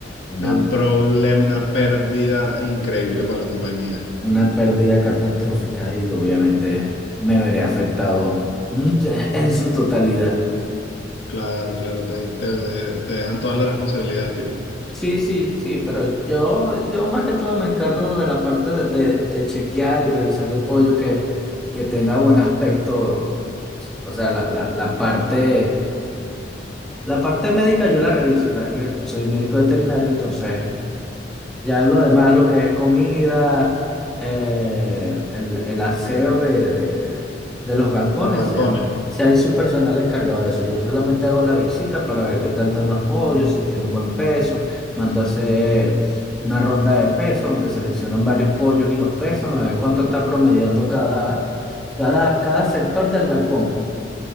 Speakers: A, in the centre; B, on the left (about 65°).
A: Una
B: es un problema, una pérdida increíble para la compañía.
A: Una pérdida catastrófica y obviamente me veré afectado mm, ya, en su totalidad.
B: Claro, claro, te, te, te dejan toda la responsabilidad a ti de
A: Sí, sí, sí, pero yo, yo más que todo me encargo de la parte de, de, de chequear y revisar el pollo que, que tenga buen aspecto. O sea, la, la, la parte, la parte médica yo la reviso, o sea que soy médico veterinario, entonces Ya lo demás, lo que es comida, eh, el, el aseo de, de, de los galpones,
B: los galpones.
A: si, ha- si hay su personal encargado de eso. Yo solamente hago la visita para ver qué tal están los pollos, si tienen buen peso. Mando a hacer una ronda de peso donde seleccionan varios pollos y los pesan, a ver cuánto está promediando cada, cada, cada sector del galpón.